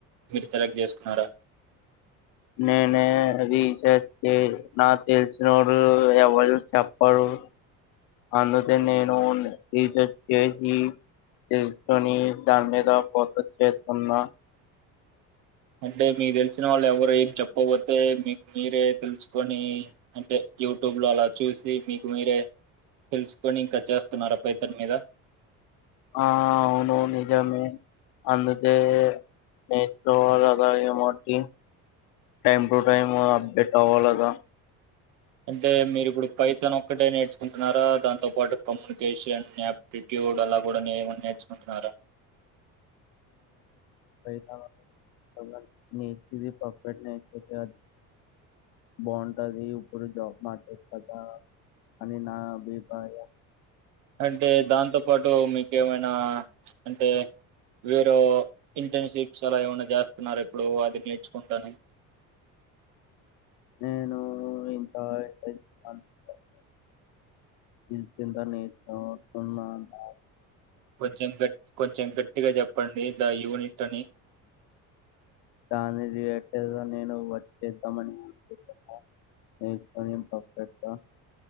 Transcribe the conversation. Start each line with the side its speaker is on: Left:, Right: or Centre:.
Right: మీరు సెలెక్ట్ చేసుకున్నారా
Left: నేనే రీచార్జ్ చే నా తెలిసిన వాడు అవు చెప్పరు అందుకే నేను రీచార్జ్ చేసి తెలుసుని దాని మీద ఫోకస్ చేస్తున్నా
Right: అంటే మీకు తెలిసిన వాళ్ళు ఎవరు ఏం చెప్పబోతే మీకు మీరే తెలుసుకొని అంటే యూట్యూబ్ లో అలా చూసి మీకు మీరే తెలుసుకొని ఇంకా చేస్తున్నారు పైతాన్ మీద
Left: ఆ అవును నిజమే అందుకే నేర్చుకోవాలిగద మట్కి టైమ్ టు టైం అప్డేట్ అవ్వాలగా
Right: అంటే మీరు ఇప్పుడు పైతన్ ఒక్కటే నేర్చుకుంటున్నారా దాతో పాటు కమ్యూనికేషన్ యాప్టిట్యూడ్ అలా కూడా నే మరి నేర్చుకుంటున్నారా
Left: <unintelligible> నీది పర్ఫెక్ట్నెస్ కాద్ బాగుంటది ఇప్పుడు జాబ్ మాటర్ కదా అని నా అభిప్రాయం
Right: అంటే దాంతో పాటు మీకెమైనా అంటే వేరే ఇంటర్న్షిప్స్ అలా ఏమనా చేస్తున్నారు ఇప్పుడు అది నేర్చుకుంటాను
Left: నేను ఇంత ఎటన్షన్ <unintelligible> స్కిల్స్ ఎంత నేర్చుకోకున్న కానీ
Right: కొంచెం గట్ కొంచెం గట్టిగా జప్ సండే గ యూనిట్ అని
Left: కాని రియాక్టేదో నేను వచ్చేద్దామని <unintelligible> నేర్చకొని పపెటో